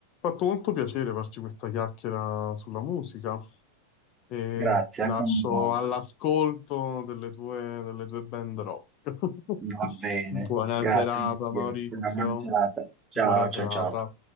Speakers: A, on the left; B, on the right.
A: ha fatto molto piacere farci questa chiacchiera sulla musica e
B: grazie,
A: ti
B: anche
A: lascio
B: a me molto.
A: all'ascolto delle tue, delle tue band rock. <laughs>
B: Va bene,
A: Buona
B: grazie,
A: serata,
B: Mattia.
A: Maurizio.
B: Una buona serata. Ciao,
A: Buona serata.
B: ciao, ciao.